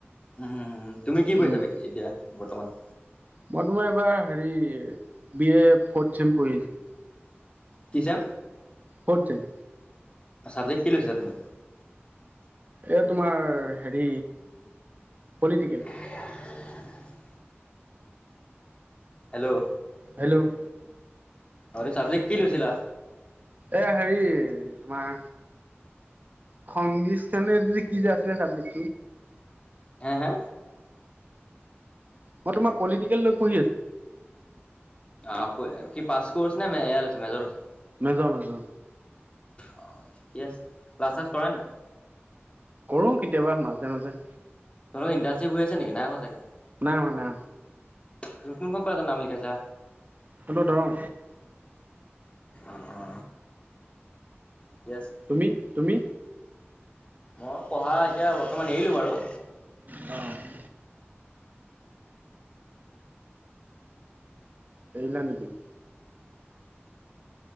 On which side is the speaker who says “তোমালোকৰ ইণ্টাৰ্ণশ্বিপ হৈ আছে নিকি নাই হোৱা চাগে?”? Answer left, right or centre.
Left